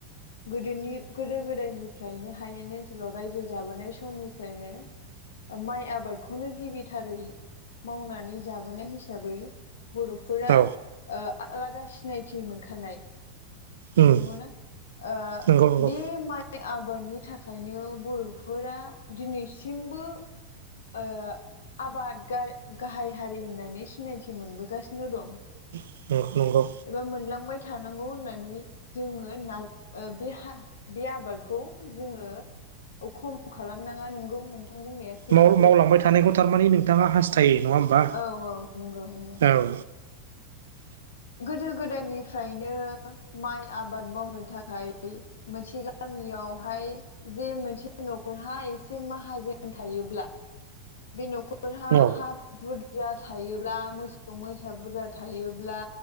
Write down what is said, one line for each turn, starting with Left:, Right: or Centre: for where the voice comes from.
Left: गोदोनि गोदो गोदायनिफ्रायनो हायेन ओनसोलाव रायजो जाबोनाय समनिफ्रायनो माइ आबादखौनो गिबिथारै मावनानै जाबोनाय हिसाबै बर'फ फोरा
Right: औ
Left: ओ आलादा सिनायथि मोनखानाय।
Right: उम
Left: नोंगौ ना ओ
Right: नंगौ नंगौ
Left: बे माइ बे आबादनि थाखायनो बर'फोरा दिनैसिमबो ओ आबाद गार गाहाय हारि होननानै सिनायथि मोनबोगास नो गौ।
Right: <unintelligible> नोंगौ।
Left: एबा मोनलांबाय थानांगौ होननानै जोङो ना ओ बे हा बे आबादखौ जोङो औ खम खालामनाङा नोंगौ नोंथां बुंनाया सैथो
Right: माव मावलांबाय थानायखौ थारमाने नोंथाङा हास्थायो नङा होमबा
Left: औ औ नंगौ नंगौ
Right: औ।
Left: गोदो गोदायनिफ्रायनो माइ आबाद मावनो थाखाय मोनसे गामियावहाय जे मोनसे न'खरहा एसे माहाजोन थायोब्ला बे न'खरहा
Right: औ
Left: हा बुरजा थायोब्ला मोसौ मैसा बुरजा थायोब्ला